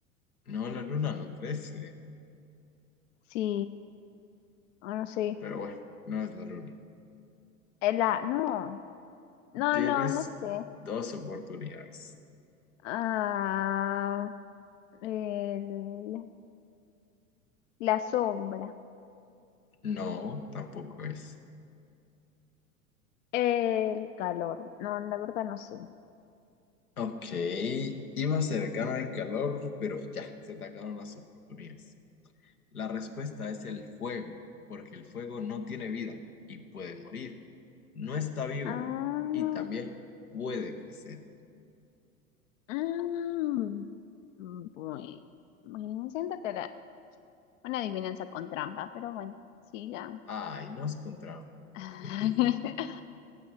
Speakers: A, on the left (about 80°); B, on the left (about 60°).
A: No, la luna no crece,
B: Sí, o no sé.
A: pero bueno, no es la luna.
B: el La, no, no,
A: Tienes
B: no, no sé.
A: dos oportunidades.
B: Ah, el- la sombra,
A: No, tampoco es.
B: el calor. No, la verdad no sé.
A: Ok, iba a ser cercano el calor, pero ya, se te acabaron las oportunidades. La respuesta es el fuego, porque el fuego no tiene vida y puede morir. No está vivo
B: Ah,
A: y también puede crecer.
B: mm, bueno, bueno, siento que era una adivinanza con trampa, pero bueno, sigan.
A: Ay, nos con trampa.
B: <laughs>
A: <laughs>